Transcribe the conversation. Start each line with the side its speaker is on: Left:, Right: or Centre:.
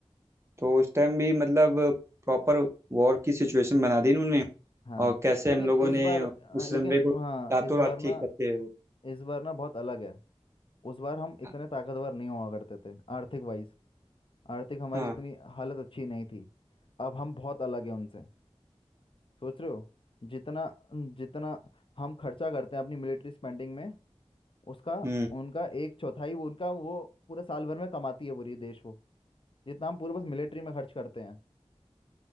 Right: तो उस टाइम भी मतलब प्रॉपर वॉर की सिचुएशन बना दी उन्होंने
Left: हाँ
Right: और कैसे
Left: लेकिन
Right: हम लोगों
Left: इस
Right: ने
Left: बार हाँ,
Right: उस
Left: लेकिन
Right: रनवे को
Left: हाँ
Right: रातों
Left: इस बार
Right: रात
Left: ना
Right: ठीक करते हुए
Left: इस बार ना बहुत अलग है उस बार हम इतने
Right: हाँ
Left: ताकतवर नहीं हुआ करते थे आर्थिक वाइज आर्थिक हमारी
Right: हाँ,
Left: इतनी हालत अच्छी नहीं थी अब हम बहुत अलग है उनसे सोच रहे हो जितना जितना हम खर्चा करते हैं अपनी मिलिट्री स्पेंडिंग में उसका
Right: हम्म
Left: उनका एक चौथाई वो उनका वो पूरे साल भर में कमाती है पूरी देश वो जितना हम पूरे बस मिलिट्री में खर्च करते हैं